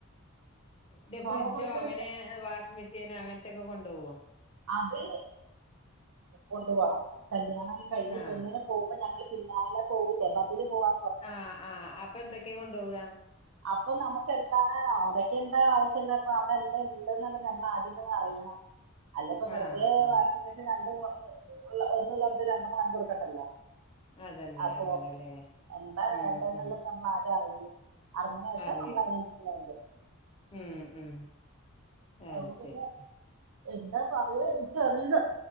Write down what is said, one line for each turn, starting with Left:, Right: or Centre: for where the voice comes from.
Left: പിന്നെ
Right: പാത്രം
Left: ഫ്രിഡ്ജോ
Right: കൊടുക്കലുണ്ട്
Left: അങ്ങനെ വാഷിംഗ് മെഷീനോ അങ്ങനത്തൊക്ക കൊണ്ടോകോ
Right: അത് കൊണ്ടു പോണം കല്യാണം കഴിഞ്ഞ്
Left: ആഹ്
Right: പെണ്ണിനെ പോകുമ്പോ ഞങ്ങള്ൾ പിന്നാലെ പോകില്ലേ ബതില് പോവാ
Left: ആഹ് ആഹ് അപ്പൊ എന്തൊക്കെ കൊണ്ടോക
Right: അപ്പൊ നമുക്ക് എന്താണ് അവിടക്ക് എന്താ ആവശ്യല്ല അപ്പൊ അവിടെ എന്താ ഉണ്ട് നമ്മൾ ആദ്യമ അറിയണം അല്ലപ്പ വെറുതെ
Left: ആഹ് ആഹ്
Right: വാഷിം മെഷീന് രണ്ടും ഒന്നള്ളടത്തി രണ്ടണ്ണം വാങ്ങി കൊടുക്കണ്ടല്ലോ
Left: അതന്നെ
Right: അപ്പൊ
Left: അങ്ങനെല്ലേ
Right: എന്താ
Left: ഉം
Right: വേണ്ടെന്നുള്ള
Left: ഉം
Right: നമ്മൾ ആദ്യം അറിയും അറഞ്ഞേനേഷം
Left: അറിയ
Right: നമ്മൾ അതിനനുസരിച്ച് വാങ്ങി കൊടുക്കും
Left: ഉം ഉം അത്
Right: അവിടെ പിന്നെ
Left: ശരി
Right: എന്താ പറയ എനിക്കറില